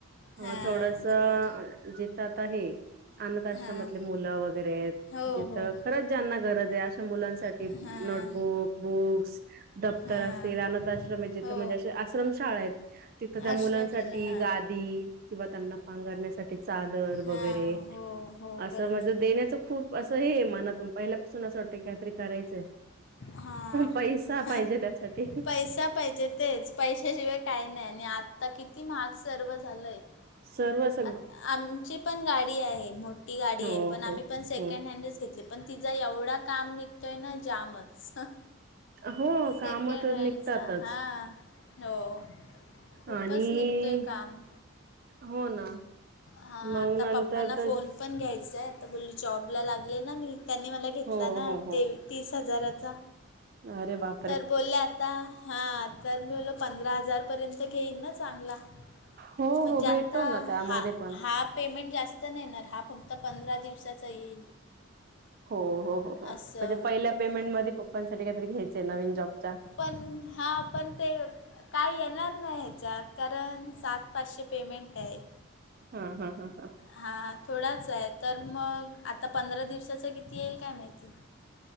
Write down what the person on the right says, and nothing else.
म
थोडसं
जिथ आता हे अनाथ आश्रमातले
मुलं वगैरे आहेत
जिथ
खरंच ज्यांना गरज आहे अशा मुलांसाठी
नोटबुक बुक्स दफ्तर
असेल अनाथ आश्रम आहेत तिथ
म्हणजे अस आश्रमशाळा आहेत तिथं त्या मुलांसाठी
गादी किंवा त्यांना पांगरण्यासाठी चादर
वगैरे
असं
माझं देण्याच खूप असं हे मनातून पहिल्यापासून असं वाटतं की काहीतरी करायचंय
पैसा
पाहिजे त्यासाठी
सर्वच
हो
हो
हो
हो.
काम तर
निघतातच
आणि
हो ना,
मग
नंतर
तेच
हो
हो हो
अरे बाप
हो
हो
भेटतो ना त्यामध्ये
पण
हो हो हो हो. म्हणजे
पहिल्या पेमेंटमध्ये पप्पांसाठी काहीतरी घ्यायचे नवीन जॉबच्या.
हा हा हा हा.